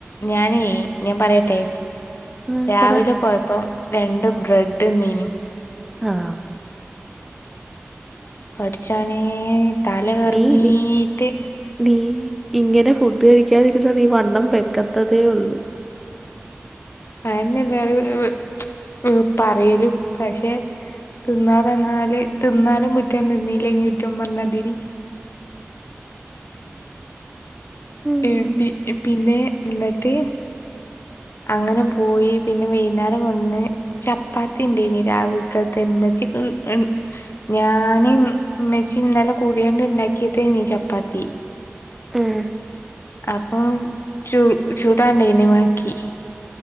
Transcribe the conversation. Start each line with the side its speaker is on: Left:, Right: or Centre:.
Left: ഞാനേ ഞാൻ പറയട്ടെ
Centre: ഉം,
Left: രാവിലെ
Centre: പറ
Left: പോയപ്പം രണ്ട് ബ്രെഡ് തിന്നീനി
Centre: ആഹ്
Left: പട്ച്ചോനേ തല കറങ്ങീട്ട്
Centre: നീ നീ നീ ഇങ്ങനെ ഫുഡ് കഴിക്കാതിരുന്ന നീ വണ്ണം വെക്കത്തതേ ഉള്ളു
Left: അതന്നെ <unintelligible> എല്ലാരും പറയലും പക്ഷെ തിന്നാ തന്നാല് തിന്നാലും കുറ്റം തിന്നീല്ലെങ്കി കുറ്റം പറഞ്ഞാതിരി
Centre: ഉം.
Left: പി പി പിന്നെ എന്നട്ട് അങ്ങനെ പോയി പിന്നെ വെയ്ന്നേരം വന്ന് ചപ്പാത്തി ഉണ്ടേനി രാവിലത്തത്തെന്നുച്ചയ്ക്കി <unintelligible> ഞാന് ഇമ്മച്ചിം ഇന്നലെ കൂടിയണ്ട്ണ്ടാക്കിയതേനീ ചപ്പാത്തി
Centre: ഉം
Left: അപ്പം ചൂ ചുടാൻണ്ടൊ ഇനിബാക്കി